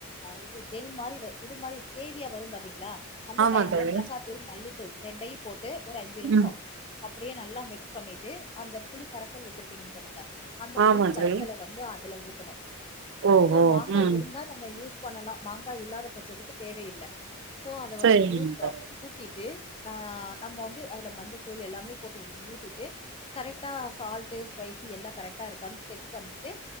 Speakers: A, on the left; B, on the right.
A: இது ஜெல் மாரி இது மாரி கிரேவியா வரு பாத்தீங்களா அந்த
B: ஆமா
A: டைம்ல
B: தோழி
A: மிளகா தூள் மல்லித்தூள் ரெண்டையு போட்டு ஒரு அஞ்சு நிமிச
B: ம்
A: அப்டியே நல்லா மிக்ஸ் பண்ணிட்டு அந்த புளி கரசல் வச்சிருக்கிங்க பாருங்க அந்த
B: ஆமா
A: புளி கரசல
B: தோழி
A: வந்து அதுல ஊத்தணு
B: ஓஹோ
A: சோ மாங்கா
B: ம்
A: இருந் தா நம்ம யூஸ் பண்ணலா மாங்கா இல்லாத பட்சத்துக்கு தேவையில்ல சோ அத
B: சரிங்க
A: வந்து யூஸ்
B: தோழி
A: ஊத்திட்டு ஆ நம்ம வந்து அதுல மஞ்சத்தூள் எல்லாமே போட்டு ஊத்திட்டு கரெட்டா சால்ட்டு ஸ்பைசி எல்லா கரெக்ட்டா இருக்கான் டெஸ்ட் பண்ணிட்டு